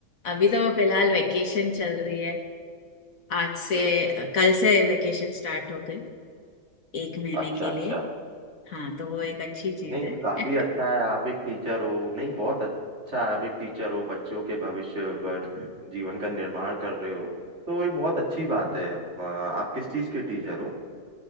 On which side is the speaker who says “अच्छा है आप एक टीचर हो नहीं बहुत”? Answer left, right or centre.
Right